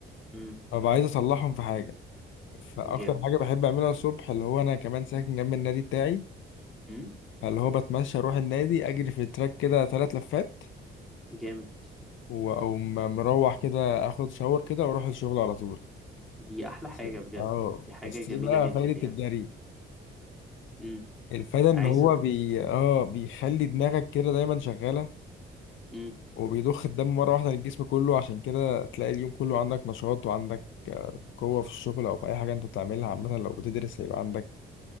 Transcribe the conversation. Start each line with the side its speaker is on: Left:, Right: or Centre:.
Centre: مم.
Left: طب عايز اصلحهم في حاجه فاكتر
Centre: جامد
Left: حاجه بحب اعملها الصبح اللي هو انا كمان ساكن جنب النادي بتاعي
Centre: مم.
Left: فاللي هو بتمشى اروح النادي اجري في التراك كده ثلاث لفات
Centre: جامد
Left: واقوم مروح كده اخد شاور كده واروح الشغل على طول
Centre: دي احلى حاجة
Left: بس-
Centre: بجد
Left: اه
Centre: دي حاجة
Left: بس
Centre: جميلة
Left: ايه بقى
Centre: جدا
Left: فايده
Centre: يعني
Left: الجري
Centre: مم.
Left: الفايده ان
Centre: عايز
Left: هو بي اه بيخلي دماغك كده دايما شغاله
Centre: مم.
Left: وبيضخ الدم مره واحده للجسم كله عشان كده تلاقي اليوم كله عندك نشاط وعندك قوه في الشغل او في اي حاجه انت بتعملها عامه لو بتدرس هيبقى عندك